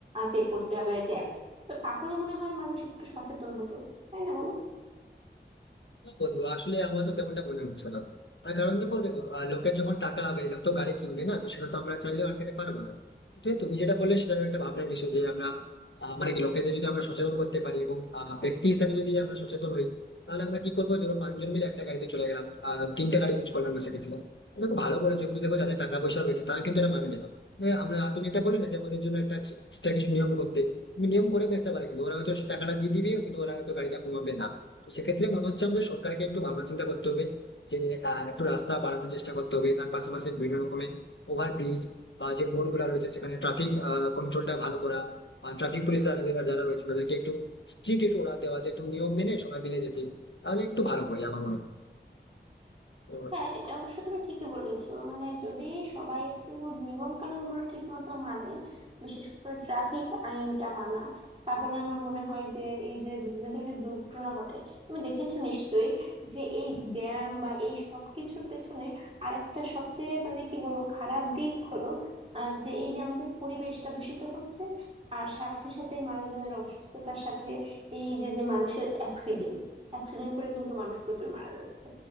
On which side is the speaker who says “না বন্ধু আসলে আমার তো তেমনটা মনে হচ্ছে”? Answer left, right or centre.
Left